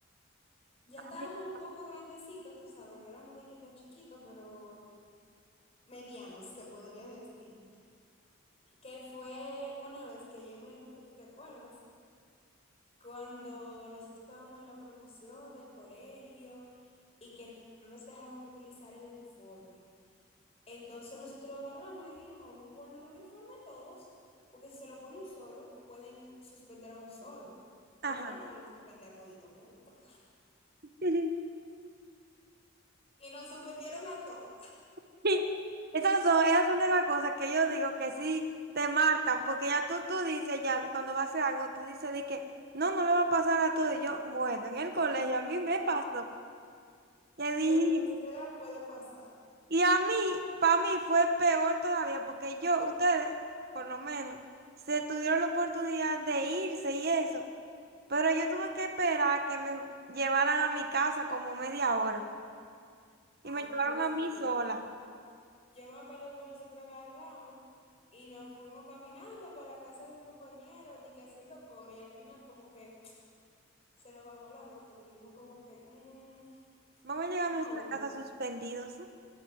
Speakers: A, on the left; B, on the right.
A: Ya
B: Así
A: estábamos
B: que-
A: un poco grandecitos, tú sabes, no éramos de que tan chiquitos, pero medianos, se podría decir. que fue una vez que yo imagino que tú te acuerdas, cuando nosotros estábamos en la promoción del colegio y que no nos dejaban utilizar el uniforme. Entonces nosotros agarramos y dijimos, vamos a poner el uniforme a todos, porque si se lo pone un solo, pueden suspender a un solo, pero
B: Ajá.
A: no nos van a suspender a toditos juntos.
B: <laughs>
A: Y nos suspendieron a todos.
B: <laughs> Esas son, esas son de las cosas que yo digo que sí te marcan, porque ya tú, tú dices, ya cuando va a hacer algo, tú dices de que no, no le va a pasar a todo. Y yo, bueno, en el colegio a mí me pasó, que dije,
A: Lo que sea puede pasar.
B: y a mí, para mí fue peor todavía, porque yo, ustedes, por lo menos, se tuvieron la oportunidad de irse y eso, pero yo tuve que esperar que me llevaran a mi casa como media hora,
A: Ay,
B: y me llevaron
A: Dios
B: a mí
A: mío.
B: sola.
A: Yo me acuerdo que nosotros agarramos y nos fuimos caminando para la casa de un compañero, di que haciendo coro, y al final como que se nos bajó la nota, dijimos como que, "Mm,
B: Vamos a llegar
A: no,
B: a nuestra
A: hombre.
B: casa suspendidos.